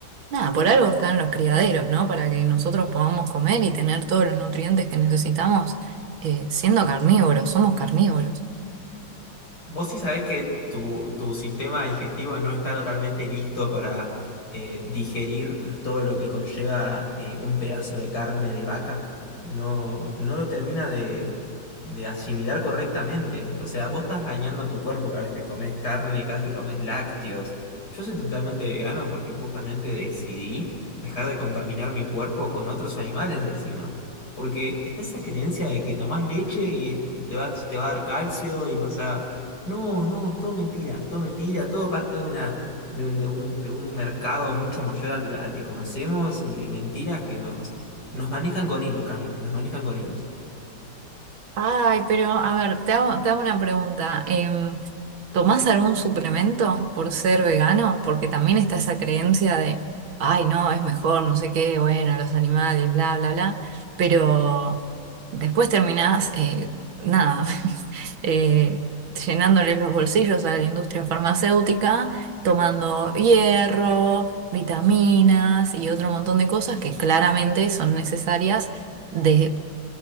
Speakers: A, on the right (about 85°); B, on the left (about 50°).
A: Nada, por algo están los criaderos, ¿no? Para que nosotros podamos comer y tener todos los nutrientes que necesitamos eh, siendo carnívoros, somos carnívoros.
B: Vos sí sabés que tu, tu sistema digestivo no está totalmente listo para eh, digerir todo lo que conlleva eh, un pedazo de carne de vaca. No, no lo termina de, de asimilar correctamente. O sea, vos estás dañando tu cuerpo cada vez que comes carne, cada vez que comes lácteos. Yo soy totalmente vegano porque justamente decidí dejar de contaminar mi cuerpo con otros animales encima. Porque está esa creencia de que tomás leche y te vas, te va a dar calcio y vas a no, no, es todo mentira, todo mentira, todo parte de una, de un, de un, de un mercado mucho mayor al, al que conocemos y de mentiras que nos, nos manejan con hilos, Cami, nos manejan con hilos.
A: Ay, pero a ver, te hago, te hago una pregunta. Em, ¿tomás algún suplemento por ser vegano? Porque también está esa creencia de, ay, no, es mejor, no sé qué, bueno, los animales, bla, bla, bla. Pero después terminás, eh, nada, <laughs> eh, llenándole los bolsillos a la industria farmacéutica, tomando hierro, vitaminas y otro montón de cosas que claramente son necesarias de